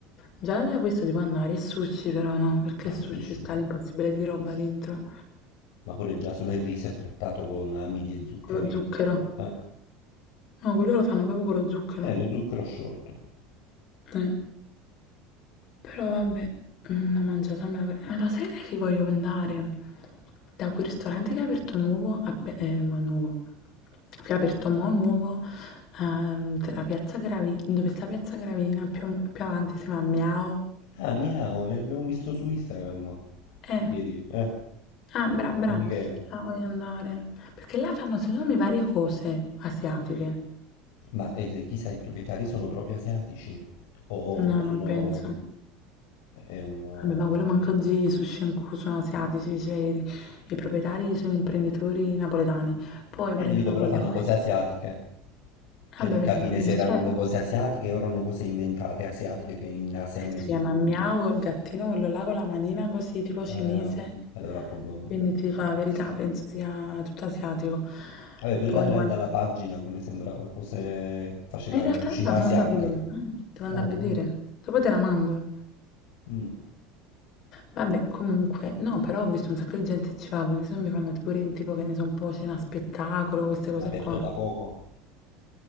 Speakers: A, on the left; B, on the left.
A: già da questo si può andare. Il sushi però no, perché
B: No,
A: il
B: il
A: sushi
B: sushi
A: sta
B: no.
A: l'impossibile di roba
B: Sushi.
A: dentro.
B: Ma pure già solo il riso è trattato con amidi e zuccheri.
A: Con lo zucchero.
B: Eh,
A: No, quello lo fanno proprio con lo zucchero.
B: Eh, lo zucchero sciolto.
A: Eh. Però vabbè, una mangiata me la vorrei... Ma lo sai da chi voglio andare? Da quel ristorante che è aperto nuovo, appe- eh, ma nuovo, che è aperto mo' nuovo, ehm, tra Piazza Gravi, dove sta Piazza Gravina, più, più avanti si chiama Miao.
B: Ah, Miao, ve l'abbiamo visto su Instagram
A: Eh,
B: ieri, eh,
A: ah, bra, bra,
B: con Michela.
A: ah, voglio andare. Perché là fanno secondo me varie cose asiatiche.
B: Ma eh, se- chissà, i proprietari sono proprio asiatici o
A: No,
B: sono...
A: non penso.
B: è un...
A: Vabbè, ma quello manco oggi i sushi in cui sono asiatici, cioè i, i proprietari sono imprenditori napoletani. Poi
B: Eh,
A: prendono
B: non dico, però
A: quelli
B: fanno
A: a cui
B: cose asiatiche. Cioè,
A: Vabbè,
B: per
A: perché
B: capire
A: per me
B: se
A: il
B: erano
A: chef
B: le cose asiatiche o erano cose inventate asiatiche che in Asia non
A: si
B: esistono.
A: chiama Miao col gattino, quello là con la manina così, tipo cinese.
B: Eh, no. allora probabilmente...
A: Quindi ti dico la verità,
B: Sì.
A: penso sia tutto asiatico.
B: Vabbè, pure
A: Poi
B: dal-
A: quando...
B: dalla pagina, come sembrava, cose... faceva
A: eh, in realtà
B: cucina
A: no, sono
B: asiatica.
A: andata a vedere.
B: Ah,
A: eh, devo andare a vedere.
B: no?
A: Dopo te la mando.
B: Mm.
A: Vabbè, comunque, no, però ho visto un sacco di gente che ci va, quindi se no mi fanno pure tipo che ne so un po' cena spettacolo, queste cose
B: Aperto
A: qua.
B: da poco?